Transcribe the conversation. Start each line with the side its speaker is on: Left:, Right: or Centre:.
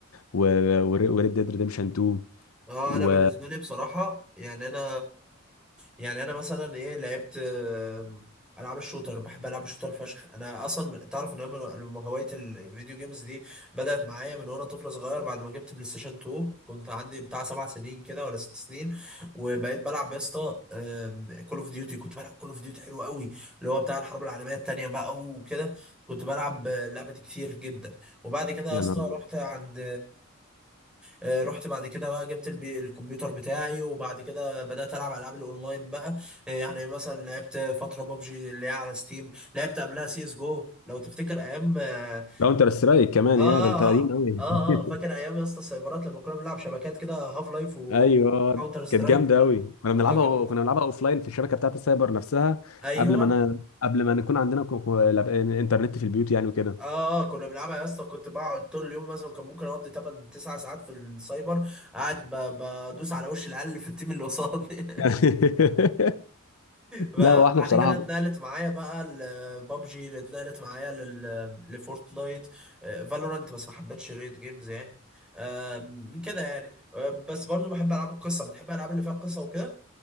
Left: و وريد ديد ريديمشن 2
Centre: اه
Left: و
Centre: انا بالنسبه لي بصراحه يعني انا يعني انا مثلا ايه لعبت آم، العاب الشوتر بحب العاب الشوتر فشخ انا اصلا من- تعرف ان انا من- من هوايه الفيديو جيمز دي بدات معايا من وانا طفل صغير بعد ما جبت بلاي ستيشن 2 كنت عندي بتاع سبع سنين كده ولا ست سنين وبقيت بلعب يا اسطى كول اوف ديوتي كنت بلعب كول اوف ديوتي حلو قوي اللي هو بتاع الحرب العالميه الثانيه بقى وكده كنت بلعب آه، اللعبه دي كتير جدا وبعد كده
Left: يا
Centre: يا اسطى
Left: نهار ابيض
Centre: رحت عند آه، رحت بعد كده بقى جبت البي... الكمبيوتر بتاعي وبعد كده بدأت ألعب ألعاب الأونلاين بقى آه، يعني مثلا لعبت فترة بابجي اللي هي على ستيم لعبت قبلها سي اس جو لو تفتكر أيام آه
Left: كاونتر سترايك كمان
Centre: آه
Left: يا
Centre: آه
Left: ده انت قديم
Centre: آه,
Left: قوي
Centre: آه.
Left: <laughs>
Centre: آه، فاكر أيام يا اسطى السايبرات لما كنا بنلعب شبكات كده هاف لايف وكاونتر
Left: ايوه
Centre: سترايك
Left: كانت جامده قوي كنا بنلعبها
Centre: آه كنا
Left: كنا بنلعبها اوف لاين في الشبكه بتاعت السايبر نفسها
Centre: أيوه
Left: قبل ما انا قبل ما نكون عندنا كو- كو- لاب- انترنت في البيوت يعني وكده
Centre: اه آه، كنا بنلعبها يا اسطى كنت بقعد طول اليوم مثلا كان ممكن اقضي 8 9 ساعات في السايبر قاعد ب- بدوس على وش العيال اللي في التيم اللي قصادي
Left: <laughs> يعني
Centre: <laughs>
Left: <laughs>
Centre: فبعد
Left: لا واحنا بصراحه
Centre: كده اتنقلت معايا بقى لبابجي اللي اتنقلت معايا لل- لفورتنايت فالورانت بس ما حبيتش ريد جيمز يعني آم، كده يعني آه، بس برضو بحب العاب القصه بتحب الالعاب اللي فيها قصه وكده